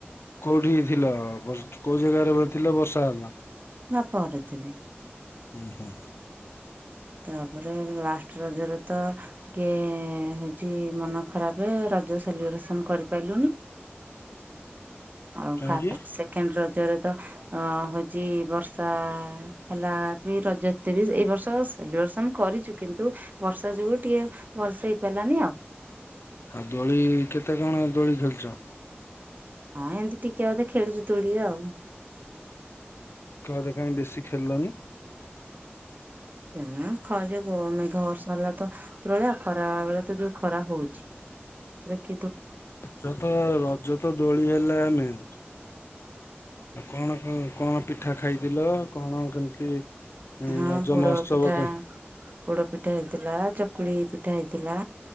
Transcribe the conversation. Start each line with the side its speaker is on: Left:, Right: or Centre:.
Left: କଉଠି ଥିଲ ବର୍ଷ କୋଉ ଜାଗାରେ ବ ଥିଲା ବର୍ଷା ହେଲା?
Right: ବାପ ଘରେ ଥିଲି।
Left: ଉଁ ହୁଁ।
Right: ତାପରେ ଲାଷ୍ଟ ରଜରେ ତ ଟିକେ ହଉଛି ମନ ଖରାପେ ର ରଜ ସେଲିବ୍ରେଶନ କରିପାରିଲୁନି ଆଉ
Left: କାହିଁକି?
Right: ଫାର୍ଷ୍ଟ ସେକେଣ୍ଡ ର ରଜରେ ତ ଅ ହଉଛି ବର୍ଷା ହେଲା ବି ରଜ ଏତେ ବି ଏଇ ବର୍ଷ। ସେଲିବ୍ରେସନ କରିଛୁ କିନ୍ତୁ ବର୍ଷା ଯୋଗୁ ଟିକେ ଭଲସେ ହେଇପାରିଲାନି ଆଉ।
Left: ଆଉ ଦୋଳି କେତେ କଣ ଦୋଳି ଖେଳିଛ?
Right: ହଁ ଏମିତି ଟିକେ ଅଧେ ଖେଳିଛୁ ଦୋଳି ଆଉ।
Left: ଟିକେ ଅଧେ କାଇଁ ବେଶୀ ଖେଳିଲନି।
Right: ଖେଳିଲୁନି ଖ ଯଉ ଗ ମେଘ ବର୍ଷା ହେଲା ତ ଉପରଓଳିଆ ଖରା ବେଳେ ତ ଯୋଉ ଖରା ହଉଛି। ରେଖେ
Left: ରଜ ତ ରଜ ତ ଦୋଳି ହେଲା ମେନ। ଆଉ କଣ କଣ ପିଠା ଖାଇଥିଲ। କଣ କେମିତି
Right: ହଁ
Left: ରଜ
Right: ପୋଡ
Left: ମହୋତ୍ସବ
Right: ପିଠା
Left: କେ
Right: ପୋଡ ପିଠା ହେଇଥିଲା। ଚ କକୁଳି ପିଠା ହେଇଥିଲା।